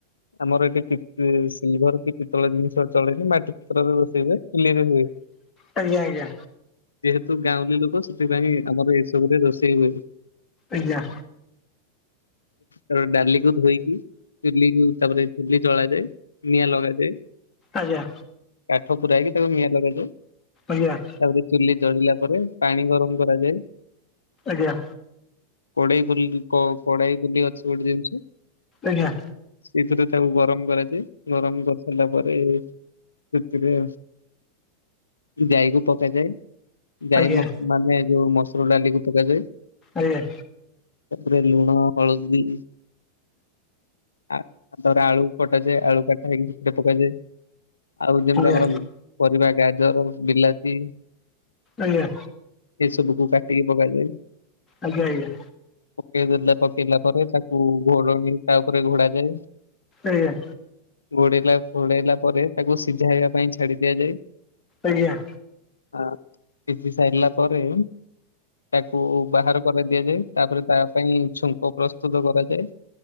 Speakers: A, on the left; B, on the left.
A: ଆମର ଏଠି ପିତ୍ ସିଲଭର କି ପିତଳ ଜିନିଷ ଚଳେନି ମାଟି ପାତ୍ରରେ ରୋଷେଇ ହୁଏ। ଚୁଲିରେ ହୁଏ।
B: ଆଜ୍ଞା ଆଜ୍ଞା ଆଜ୍ଞା ଆଜ୍ଞା ଆଜ୍ଞା
A: ଯେହେତୁ ଗାଁଉଲି ଲୋକ ସେଥିପାଇଁ ଆମର ଏସବୁରେ ରୋଷେଇ ହୁଏ।
B: ଆଜ୍ଞା।
A: କାରଣ ଡାଲିକୁ ଧୋଇକି ଚୁଲି କୁ ତାପରେ ଚୁଲି ଜଳାଯାଏ ନିଆଁ ଲଗାଯାଏ।
B: ଆଜ୍ଞା।
A: କାଠ ପୁରା ହେଇକି ତାକୁ ନିଆଁ ଲଗାଯାଏ।
B: ଆଜ୍ଞା।
A: ତାପରେ ଚୁଲି ଚଳିଲା ପରେ ପାଣି ଗରମ କରାଯାଏ।
B: ଆଜ୍ଞା।
A: କଡେଇ ବୁଲି କ କଡେଇ ବୁଲି ଅଛି ଗୋଟେ ଜିନିଷ।
B: ଆଜ୍ଞା।
A: ସେଇଥିରେ ତାକୁ ଗରମ କରାଯାଏ। ଗରମ କରିସାରିଲା ପରେ ସେଥିରେ ଜାଇକୁ ପକାଯାଏ। ଜାଇ
B: ଆଜ୍ଞା
A: ମତ ମାନେ ଯୋଉ ମସୁର ଡାଲିକୁ ପକାଯାଏ।
B: ଆଜ୍ଞା।
A: ତାପରେ ଲୁଣ ହଳଦୀ ଆ ତାପରେ ଆଳୁ କଟାଯାଏ ଆଳୁ କାଟା ହେଇକି ସେଥିରେ ପକାଯାଏ। ଆଉ ଯେମିତି
B: ଆଜ୍ଞା
A: ଆମର ପରିବା ଗାଜର ବିଲାତି
B: ଆଜ୍ଞା।
A: ଏ ସବୁକୁ କାଟିକି ପକାଯାଏ।
B: ଆଜ୍ଞା ଆଜ୍ଞା।
A: ପକେଇ ଦେଲା ପକେଇଲା ପରେ ତାକୁ ଘୋଡଣି ତା ଉପରେ ଘୋଡାଯାଏ।
B: ଆଜ୍ଞା।
A: ଘୋଡେଇଲା ଘୋଡେଇଲା ପରେ ତାକୁ ସିଝାଇବା ପାଇଁ ଛାଡି ଦିଆଯାଏ।
B: ଆଜ୍ଞା।
A: ହଁ ସିଝୀ ସାରିଲା ପରେ ତାକୁ ବାହାର କରା ଦିଆଯାଏ ତାପରେ ତା ପାଇଁ ଛୁଙ୍କ ପ୍ରସ୍ତୁତ କରାଯାଏ।